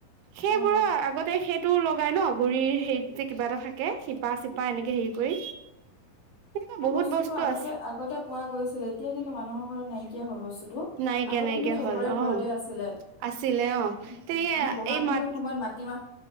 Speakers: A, on the right (about 80°); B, on the left (about 50°).
A: সেইবোৰো
B: অ',
A: আগতে সেই টো লগাই ন গুৰিৰ হেৰিত যে কিবা এটা থাকে শিপা চিপা এনেকে হেৰি কৰি তেনেকুৱা
B: ন
A: বহুত
B: বছৰটোৰ
A: বস্তু
B: আগ
A: আছে
B: আগ আগতে পোৱা গৈছিল এতিয়া কিন্তু মানুহৰ ঘৰত নাইকিয়া হল বস্তুটো
A: নাইকিয়া
B: আগত
A: নাইকিয়া
B: কিন্তু চবৰে
A: হ'ল
B: ঘৰতে
A: অ
B: আছিলে
A: আছিলে অ
B: উ
A: তেনেকে
B: আমি বহাগ
A: এই মাত
B: বিহু সময়ত মাটিমা